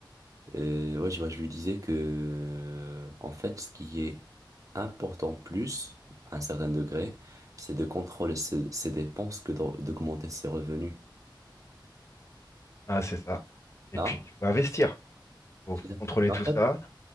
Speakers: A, on the right (about 40°); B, on the left (about 35°).
A: Euh, ouais, je, vois, je lui disais que, euh, en fait, ce qui est important plus, à un certain degré, c'est de contrôler ses, ses dépenses que d'aug- d'augmenter ses revenus.
B: Ah, c'est ça. Et
A: Hein?
B: puis, il faut investir, faut,
A: C'est
B: faut
A: ça.
B: contrôler
A: En
B: tout
A: fait,
B: ça.